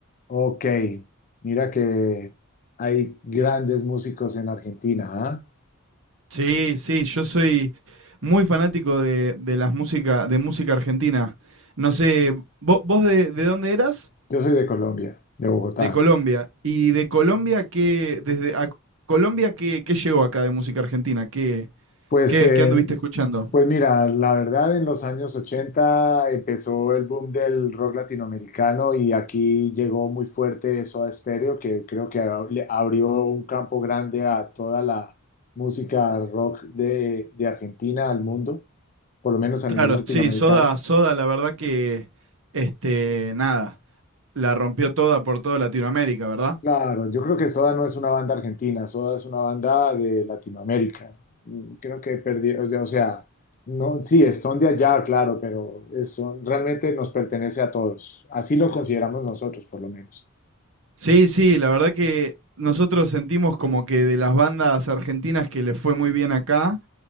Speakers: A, on the left (about 40°); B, on the right (about 65°).
A: ok, mira que hay grandes músicos en Argentina, ¿ah?
B: Sí, sí, yo soy muy fanático de, de las música, de música argentina. No sé, ¿vo- ¿vos, de, de dónde eras?
A: Yo soy de Colombia, de Bogotá.
B: De Colombia. ¿Y de Colombia qué, desde a Colombia qué, qué llegó acá de música argentina? ¿Qué,
A: Pues,
B: qué,
A: eh,
B: qué anduviste escuchando?
A: pues mira, la verdad en los años 80 empezó el boom del rock latinoamericano y aquí llegó muy fuerte eso a estéreo, que creo que ab- le abrió un campo grande a toda la música rock de de Argentina al mundo. por lo menos a
B: Claro,
A: nivel latinoamericano.
B: sí, Soda, Soda, la verdad que, este, nada, la rompió toda por toda Latinoamérica, ¿verdad?
A: Claro, yo creo que Soda no es una banda argentina, Soda es una banda de Latinoamérica. Mm, Creo que perdí, o sea, o sea, no, sí, es- son de allá, claro, pero es- son- realmente nos pertenece a todos. Así lo consideramos nosotros, por lo menos.
B: Sí, sí, la verdad que nosotros sentimos como que de las bandas argentinas que le fue muy bien acá,